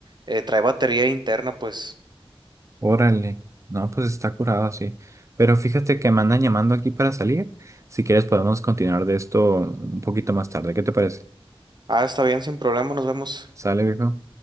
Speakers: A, on the right (about 45°); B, on the right (about 30°).
A: eh, trae batería interna, pues.
B: Órale, no, pues está curado, sí. Pero fíjate que me andan llamando aquí para salir. Si quieres podemos continuar de esto un poquito más tarde. ¿Qué te parece?
A: Ah, está bien, sin problema, nos vemos.
B: ¿Sale, viejo?